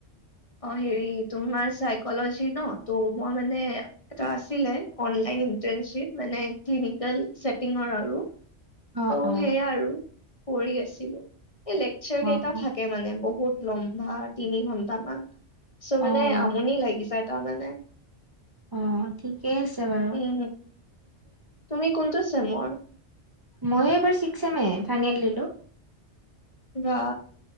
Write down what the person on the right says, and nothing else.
অ',
অ',
অ',
অ',
অ', ঠিকেই আছে বাৰু।
ময়ো এইবাৰ ছিক্স এম এ ফাইনেল দিলোঁ।